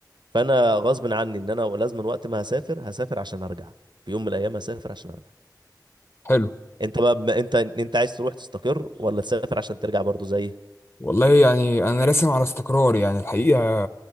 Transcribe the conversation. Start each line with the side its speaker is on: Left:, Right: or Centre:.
Right: فانا غصب عني ان انا لازم وقت ما هسافر هسافر عشان ارجع في يوم من الايام هسافر عشان ارجع
Left: حلو
Right: انت بقى بما انت انت عايز تروح تستقر ولا تسافر عشان ترجع برضو زي
Left: والله يعني انا راسم على استقرار يعني الحقيقه